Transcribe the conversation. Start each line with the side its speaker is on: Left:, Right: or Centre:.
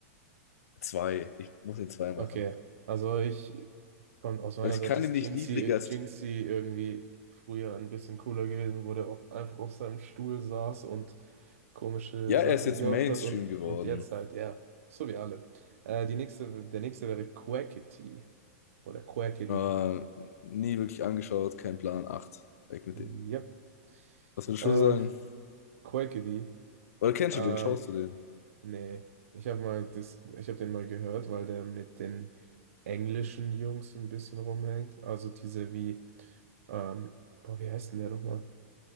Left: zwei. Ich muss den zwei machen.
Right: Okay, also ich von, aus meiner
Left: Weil ich
Right: Seite
Left: kann
Right: ist
Left: ihn nicht
Right: Jinxie,
Left: niedriger als.
Right: Jinxie irgendwie früher ein bisschen cooler gewesen, wo der auf, einfach auf seinem Stuhl saß und komische
Left: Ja,
Right: Sachen
Left: er ist jetzt
Right: gemacht
Left: Mainstream
Right: hat und,
Left: geworden.
Right: und jetzt halt, ja, so wie alle. Äh, die nächste, der nächste wäre Quackity oder Quackity.
Left: Aber nie wirklich angeschaut, kein Plan. Acht. Weg mit
Right: Yep.
Left: dem. Was würdest
Right: Ähm,
Left: du sagen?
Right: Quackity.
Left: Oder kennst
Right: Ähm,
Left: du den? Schaust du den?
Right: nee, ich habe mal das, ich habe den mal gehört, weil der mit den englischen Jungs ein bisschen rumhängt. Also diese wie, ähm, boah, wie heißt denn der nochmal?